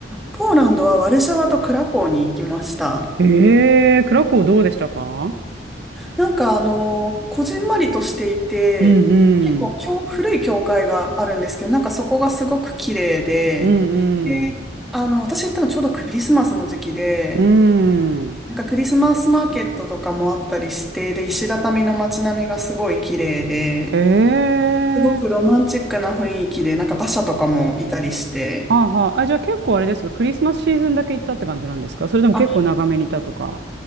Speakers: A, in the centre; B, on the right.
A: ポーランドはワルシャワとクラコーに行きました。
B: えー、クラコウどうでしたか
A: なんかあの、こじんまりとしていて、
B: うんうん。
A: 結構教古い教会があるんですけど、なんかそこがすごく綺麗で、
B: うん
A: で、
B: うん。
A: あの、私行ったのちょうどクリスマスの時期で、
B: うん。
A: なんかクリスマスマーケットとかもあったりして、で、石畳の街並みがすごい綺麗で、
B: えー。
A: すごくロマンチックな雰囲気で、なんか馬車とかもいたりして、
B: はあはあ。あ、じゃあ結構あれですか、クリスマスシーズンだけ行ったって感じなんですかそれとも結構長めにいたとか。
A: あ、